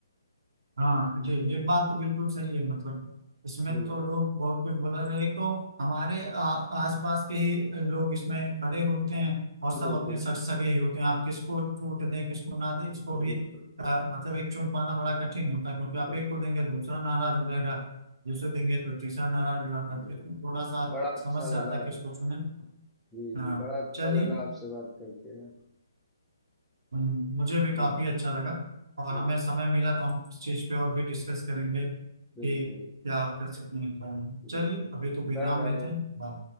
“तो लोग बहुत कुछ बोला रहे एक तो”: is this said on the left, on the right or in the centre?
Right